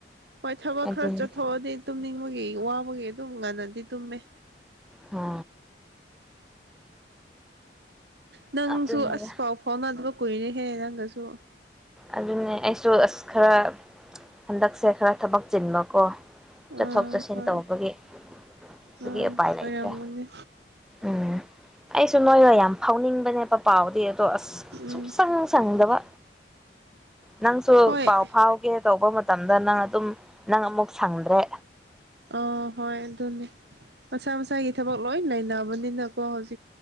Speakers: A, on the right; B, in the centre.
A: ꯍꯣꯏ ꯊꯕꯛ
B: ꯑꯗꯨꯅꯤ
A: ꯈꯔ ꯆꯠꯊꯣꯛꯑꯗꯤ ꯇꯨꯝꯅꯤꯡꯕꯒꯤ ꯋꯥꯕꯒꯤ ꯑꯗꯨꯝ ꯉꯥꯟꯅ ꯇꯃꯦ
B: ꯍ
A: ꯅꯪꯁꯨ
B: ꯑꯗꯨꯅꯤꯗ
A: ꯑꯁ ꯄꯥꯎ ꯐꯥꯎꯅꯗꯕ ꯀꯨꯏꯔꯦꯍꯦ ꯅꯪ ꯀꯖꯛ
B: ꯑꯗꯨꯅꯦ ꯑꯩꯁꯨ ꯑꯁ ꯈꯔ ꯍꯟꯗꯛꯁꯦ ꯈꯔ ꯊꯕꯛ ꯆꯤꯟꯕꯀꯣ
A: ꯎꯝ
B: ꯆꯠꯊꯣꯛ ꯆꯠꯁꯤꯟ
A: ꯍꯣꯏ
B: ꯇꯧꯕꯒꯤ ꯑꯗꯨꯒꯤ
A: ꯎꯝ
B: ꯎꯄꯥꯏ ꯂꯩꯇ꯭ꯔꯦ
A: ꯑꯣꯏꯔꯝꯒꯅꯤ
B: ꯎꯝ ꯑꯩꯁꯨ ꯅꯣꯏꯅ ꯌꯥꯝ ꯐꯥꯎꯅꯤꯡꯕꯅꯦꯕ ꯄꯥꯎꯗꯤ ꯑꯗꯣ ꯑꯁ
A: ꯎꯝ
B: ꯁꯨꯡꯁꯪ ꯁꯪꯗꯕ ꯅꯪꯁꯨ
A: ꯍꯣꯏ
B: ꯄꯥꯎ ꯐꯥꯎꯒꯦ ꯇꯧꯕ ꯃꯇꯝ ꯃꯇꯝꯗ ꯅꯪ ꯑꯗꯨꯝ ꯅꯪ ꯑꯃꯨꯛ ꯁꯪꯗ꯭ꯔꯦ
A: ꯑ ꯍꯣꯏ ꯑꯗꯨꯅꯤ ꯃꯁꯥ ꯃꯁꯥꯒꯤ ꯊꯕꯛ ꯂꯣꯏ ꯂꯩꯅꯕꯅꯤꯅꯀꯣ ꯍꯧꯖꯤꯛ